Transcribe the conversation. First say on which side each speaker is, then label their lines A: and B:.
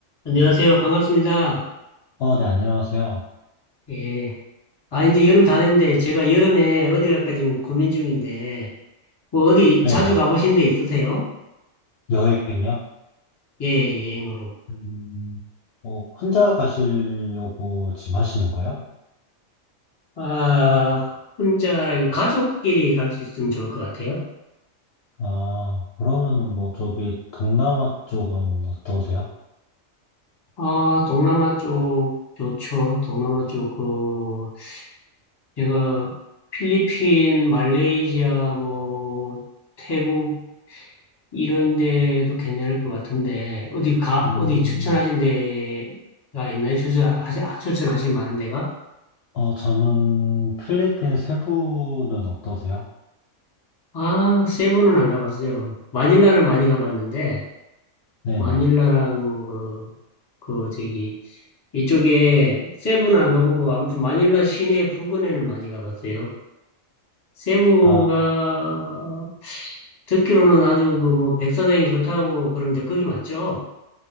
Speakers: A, on the left; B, on the left.
A: 안녕하세요. 반갑습니다.
B: 어, 네, 안녕하세요.
A: 예. 아, 이제 여름 다 됐는데, 제가 여름에 어디 갈까 지금 고민 중인데, 뭐 어디
B: 네네.
A: 자주 가보신 데 있으세요?
B: 여행이요?
A: 예, 예, 여행으로.
B: 음, 어, 혼자 가시려고 지금 하시는 거예요?
A: 아, 혼자라고 가족끼리 갈 수 있으면 좋을 것 같아요.
B: 아, 그러면은 뭐, 저기, 동남아 쪽은 어떠세요?
A: 아, 동남아 쪽 좋죠. 동남아 쪽, 그, 제가 필리핀, 말레이시아, 뭐, 태국, 이런 데도 괜찮을 것 같은데, 어디 가,
B: 음,
A: 어디 추천하신 데가 있나요? 추천하실, 아, 추천하실 만한 데가?
B: 어, 저는 필리핀 세부는 어떠세요?
A: 아, 세부는 안 가봤어요. 마닐라는 많이 가봤는데,
B: 네네.
A: 마닐라랑 그, 그, 저기, 이쪽에 세부는 안 가보고, 아무튼 마닐라 시내 부근에는 많이 가봤어요. 세부가,
B: 아,
A: 듣기로는 아주 그 뭐 백사장이 좋다고 그러는데, 거기 맞죠?